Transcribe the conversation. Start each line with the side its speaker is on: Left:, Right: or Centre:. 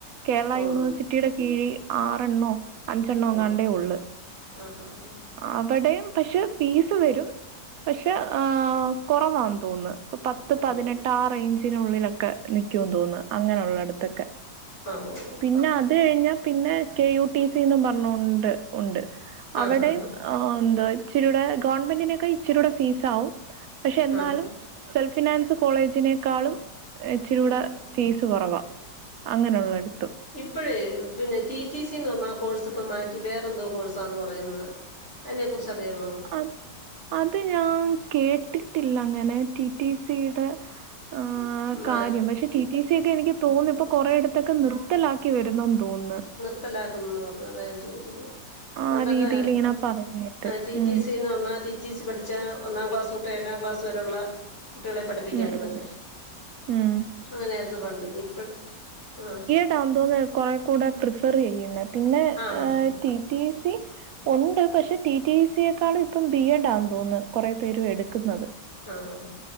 Right: കേരള
Left: ഉള്ളു
Right: യൂണിവേസിറ്റി യ്ടെ കീഴി ആറെണ്ണോ, അഞ്ചെണ്ണോങ്ങാണ്ടേ
Left: ഓ
Right: ഒള്ള്
Left: ആഹ് ആഹ് ആഹ്
Right: അവിടെയും പക്ഷെ ഫീസ് വരും പക്ഷെ ആഹ് കൊറവാന്ന് തോന്നുന്ന് ഇപ്പ പത്ത്
Left: ഓ
Right: പതിനെട്ട് ആഹ് റെയ്ഞ്ചിനുള്ളിലൊക്കെ നിക്കൂന്ന് തോന്ന്ണ് അങ്ങനൊള്ളട്ത്തൊക്കെ
Left: ആഹ് ഓ
Right: പിന്നെ അത് കഴിഞ്ഞാ പിന്നെ കെ യു ടി സി ന്നും പറഞ്ഞോണ്ട് ഉണ്ട്
Left: ആഹ്
Right: അവിടെയും
Left: ആഹ്
Right: എന്താ ഇച്ചിരൂടെ ഗവൺമെന്റനെക്കായും ഇച്ചിരൂടെ ഫീസാവും പക്ഷെയെന്നാലും
Left: ആഹ് ആഹ്
Right: സെൽഫിനാൻസ് കോളേജിനേക്കാളും ഇച്ചിരൂട
Left: ആഹ്
Right: ഫീസ് കൊറവാ അങ്ങനെള്ളട്ത്ത്
Left: ഇപ്പഴേ പിന്നെ ടി ടി സിന്ന് പറഞ്ഞാ ആഹ് കോഴ്സിപ്പ മാറ്റി വേറെന്തോ കോഴ്സാന്ന് പറയുന്നേ? അയിനെക്കുറിച്ചറിയാമോ?
Right: അത് അത് ഞാൻ കേട്ടിട്ടില്ല അങ്ങനെ ടി ടി സി യ്ടെ ആഹ്
Left: അറിയാമോ
Right: കാര്യം പക്ഷേ ടി ടി സി യെക്കെ എനിക്ക് തോന്നാ ഇപ്പൊ കൊറെയടത്തൊക്കെ നിർത്തലാ ക്കി വെരുന്നെന്ന് തോന്ന്ണ്
Left: നിർത്തലാക്കുന്ന് പറഞ് അതാ ഞാൻ ചോയ്ച്ചത്
Right: ആ
Left: പണ്ടൊക്കെ
Right: രീതിയിൽ ഇങ്ങനെ പറയുന്ന കേട്ട്.
Left: ടി
Right: ഉം
Left: ടി സി ന്ന് പറഞ്ഞാ ടി ടി സി പഠിച്ചാ ഒന്നാം ക്ലാസ് തൊട്ട് ഏഴാം ക്ലാസ് വരെയുള്ള കുട്ടികളെ പഠിപ്പിക്കായിരുന്നല്ലേ
Right: ഉം ഉം ഉം.
Left: അങ്ങനെയായിരുന്നു പണ്ട് ഇഞ്ഞിപ്പ ആഹ്
Right: <unintelligible> കുറെ കൂടെ പ്രിഫറെയ്യുന്നെ പിന്നെ
Left: ആഹ് ആഹ് ആഹ്
Right: ടി ടി സി ഒണ്ട് പക്ഷെ ടി ടി ഇ സി യെക്കാളും ഇപ്പം ബി എ ഡാന്ന് തോന്ന്ന്ന് കൊറെ പേരും എട്ക്കുന്നത്
Left: ആഹ്